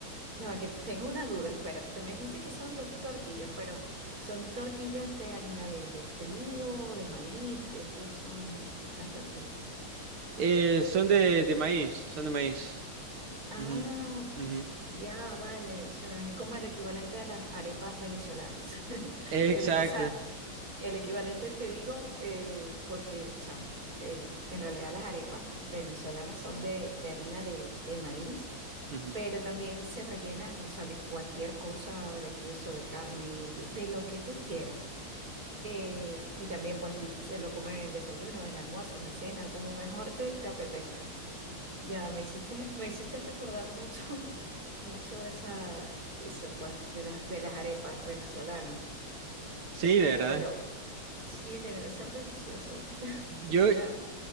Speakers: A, on the right; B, on the right.
A: Ya va, que tengo una duda, espérate, que me dijiste que son dos tortillas, pero ¿son tortillas de harina de, de trigo, de maíz? ¿De qué son las tortillas?
B: Eh, son de, de maíz, son de maíz.
A: Ah,
B: Ujú, ujú.
A: ya, vale, o sea, es como el equivalente a las arepas venezolanas. <laughs>
B: Exacto.
A: El- o sea, El equivalente te digo, eh, porque, o sea, eh, en realidad las arepas venezolanas son de, de harina de, de maíz,
B: ujú.
A: pero también se rellenan, o sea, de cualquier cosa, de queso, de carne, de, de lo que tú quieras. Eh, y también pues l- se lo comen en el desayuno, en el almuerzo, en la cena, como mejor te, te apetezca. Ya me hiciste, <laughs> me hiciste recordar mucho, <laughs> mucho esa, eso pues, de las, de las arepas venezolanas.
B: Sí, ¿verdad?
A: Pero Sí, oye, debe ser delicioso. <laughs> Quisiera
B: Yo,